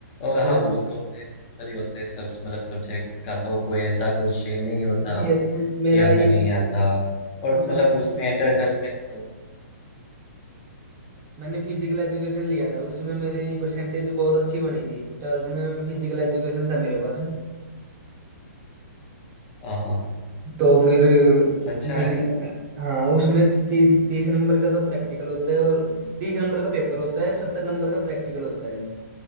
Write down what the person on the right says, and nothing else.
पॉलिटिक्स
ये था मेरा
ये
था कि
सबसे
ज्यादा
मैंने
मैंने फिजिकल एजुकेशन लिया था उसमें मेरी परसेंटेज बहुत अच्छी बनी थी ट्वेल्थ में फिजिकल एजुकेशन था मेरे पास
तो फिर
फिजिकल
हाँ उसमें तीस तीस नंबर का तो प्रैक्टिकल होता है और तीस नंबर का पेपर होता है सत्तर नंबर का प्रैक्टिकल होता है